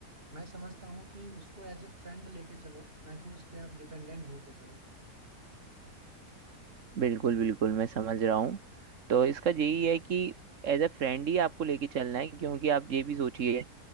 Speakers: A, on the right; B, on the right.
A: मैं समझता हूँ कि उसको एज ए फ्रेंड लेके चलो ना कि उस पर आप डिपेंडेंट होके चलो
B: बिल्कुल बिल्कुल मैं समझ रहा हूँ तो इसका यही है कि एज अ फ्रेंड ही आपको लेके चलना है क्योंकि आप ये भी सोचिए